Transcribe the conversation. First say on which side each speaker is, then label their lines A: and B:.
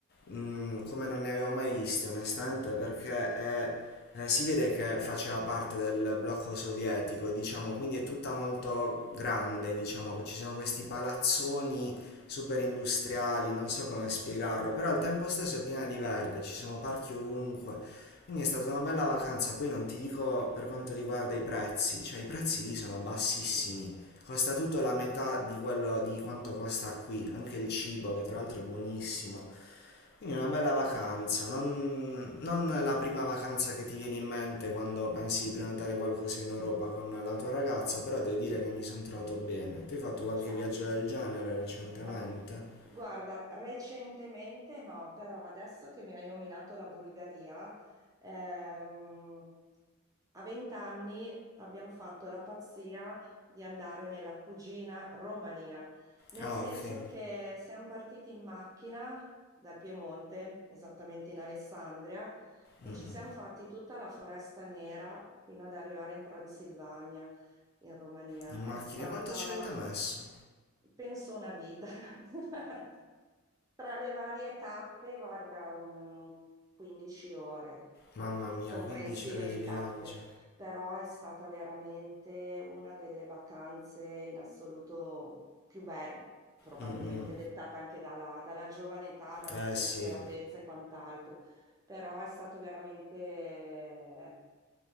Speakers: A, on the left (about 45°); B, on the right (about 15°).
A: mm, come non ne avevo mai viste onestamente perché è- eh, si vede che faceva parte del blocco sovietico, diciamo, quindi è tutta molto grande, diciamo, ci sono questi palazzoni super industriali, non so come spiegarlo, però al tempo stesso è piena di verde, ci sono parchi ovunque. Quindi è stata una bella vacanza, poi non ti dico per quanto riguarda i prezzi, cioè i prezzi lì sono bassissimi, costa tutto la metà di quello di quanto costa qui, anche il cibo che tra l'altro è buonissimo. Quindi una
B: certo,
A: bella vacanza, non, non la prima vacanza che ti viene in mente quando pensi di prenotare qualcosa in Europa con la tua ragazza, però devo dire che mi sono trovato bene. Tu hai fatto qualche
B: certo.
A: viaggio del genere recentemente?
B: Ah, guarda, recentemente no, però adesso che mi hai nominato la Bulgaria, ehm, a vent'anni abbiamo fatto la pazzia di andare nella cugina Romania, nel
A: Ah,
B: senso
A: ok.
B: che siamo partiti in macchina dal Piemonte, esattamente in Alessandria, e
A: Mm,
B: ci
A: mm.
B: siamo fatti tutta la Foresta Nera fino ad arrivare in Transilvania in Romania.
A: In
B: È
A: macchina,
B: stata,
A: quanto ci avete messo?
B: penso, una vita. <laughs> Tra le varie tappe, guarda, un 15 ore
A: Mamma
B: co-
A: mia,
B: comprensive
A: 15 ore di
B: di
A: viaggio.
B: tappe, però è stata veramente una delle vacanze in assoluto più belle, probabilmente
A: Mm, mm.
B: dettata anche dalla, dalla giovane età, dalla
A: Eh
B: spensieratezza
A: sì,
B: e quant'altro, però è stato veramente